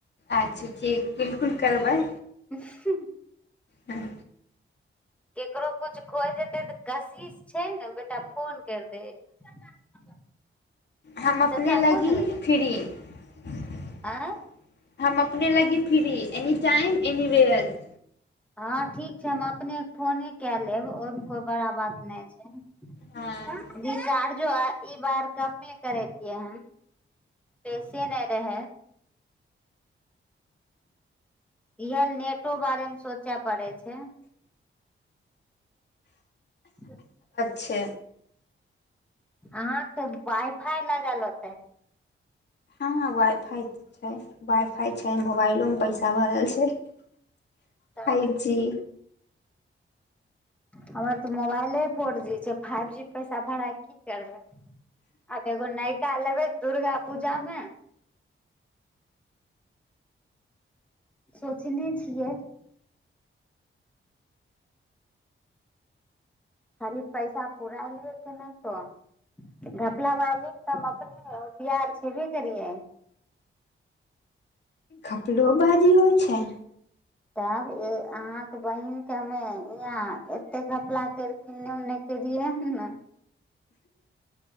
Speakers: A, on the left; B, in the centre.
A: अच्छा ठीक बिल्कुल करबै
B: हूँ -ह
A: हँ
B: केकरो कुछ कोइ जेतै तऽ कशिश छै ने बेटा फोन करि दे <unintelligible>
A: हम अपने
B: चाचा
A: लगी
B: फोन लगेलै
A: फ्री <unintelligible>
B: आँय
A: <unintelligible> फ्री एनी टाइम <unintelligible> एनीवेयर <unintelligible>
B: हँ ठीक छै हम अपनेक फोने काए- -लेब ओहिमे कोइ बड़ा बात नहि छै
A: हँ
B: <unintelligible> ई बार कमे करेलियै हन पैसे नहि रहै इएह नेटो बारे मे सोचे पड़ै छै <inaudible>
A: छै
B: अहाँ तऽ वाइफाइ लगल होतै
A: हाँ वाइ फाइ तऽ छै वाइ फाइ छै मोबाइलोमे पैसा भरल छै फाइव
B: तब
A: जी
B: हमर तऽ मोबाइले फोर जी छै फाइव जी पैसा भड़ाए के की करबै आ एगो नै काल्हि एबै दुर्गा पूजामे सोचने छियै खाली पैसा पुराए लियै कि नहि तऽ घपलाबाजिमे तऽ हम अपने होशियार छेबै करियै
A: घपलो बाजि होइ छै
B: तब ए अहाँके बहिनके हमे इियाँ एतेक घपला कर के एन्ने उन्ने केलियै हन ने